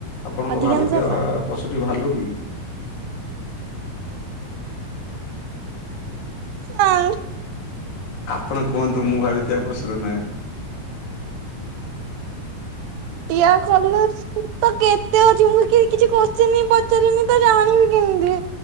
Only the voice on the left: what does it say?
ଆପଣଙ୍କ
ଭାବିଥିବା
ପଶୁଟି ଭାଲୁ କି?
ଆପଣ କୁହନ୍ତୁ ମୁଁ ଭାବିଥିବା ପଶୁର ନାଁ କଣ?